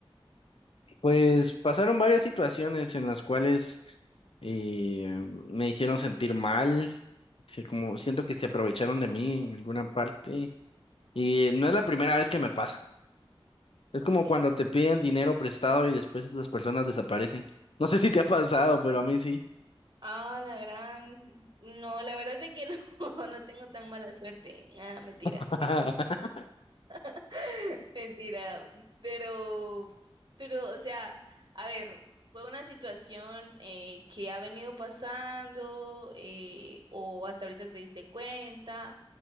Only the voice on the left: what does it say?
Pues pasaron varias situaciones en las cuales eh, me hicieron sentir mal, sí, como siento que se aprovecharon de mí en alguna parte y no es la primera vez que me pasa. Es
como cuando te piden dinero prestado y después esas personas desaparecen. No sé si te ha pasado, pero a mí sí.
<laughs>